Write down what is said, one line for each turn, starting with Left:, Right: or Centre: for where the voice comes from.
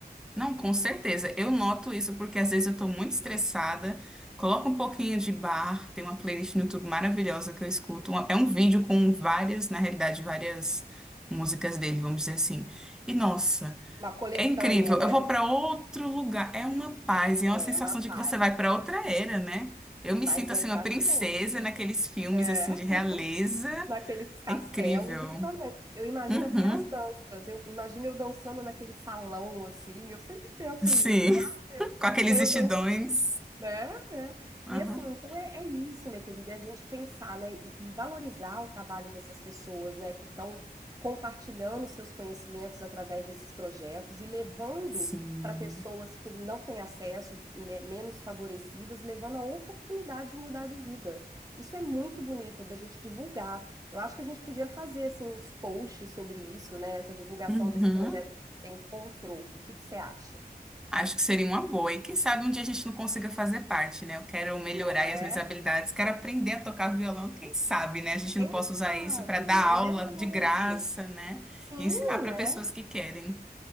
Centre: Não, com certeza. Eu noto isso porque às vezes eu tô muito estressada, coloco um pouquinho de bar, tem uma playlist no YouTube maravilhosa que eu escuto. uma- É um vídeo com várias, na realidade, várias músicas dele, vamos dizer assim. E nossa,
Right: Uma coletânea,
Centre: é incrível.
Right: né?
Centre: Eu vou para outro lugar, é uma paz, e é
Right: É,
Centre: uma sensação
Right: uma paz.
Centre: de que você vai para outra era, né? Eu me
Right: Mas
Centre: sinto assim
Right: é exatamente.
Centre: uma princesa naqueles filmes
Right: É,
Centre: assim
Right: <laughs>
Centre: de realeza.
Right: naqueles castelos
Centre: É incrível.
Right: eu também. Eu imagino
Centre: Uhum.
Right: até as danças. Eu imagino eu dançando naquele salão assim. Eu sempre penso
Centre: Sim,
Right: nisso. Falei, ah, eu-
Centre: <laughs> com aqueles
Right: sou eu
Centre: vestidões.
Right: Né? É.
Centre: Aham.
Right: E assim, então é, é isso, minha querida, é a gente pensar, né, e, e valorizar o trabalho dessas pessoas, né, que estão compartilhando seus conhecimentos através desses projetos e levando
Centre: Sim.
Right: para pessoas que não têm acesso, me- menos favorecidas, levando a oportunidade de mudar de vida. Isso é muito bonito da gente divulgar. Eu acho que a gente podia fazer assim uns posts sobre isso, né, essa divulgação
Centre: Uhum.
Right: desse projeto que você encontrou. O que que você acha?
Centre: Acho que seria uma boa. E quem sabe um dia a gente não consiga fazer parte, né? Eu quero melhorar
Right: Não
Centre: aí
Right: é?
Centre: as minhas habilidades, quero aprender a tocar violão. Quem sabe, né? A gente
Right: Quem
Centre: não possa
Right: sabe?
Centre: usar isso para dar
Right: É
Centre: aula
Right: verdade.
Centre: de graça, né?
Right: Sim,
Centre: E ensinar para
Right: né?
Centre: pessoas que querem.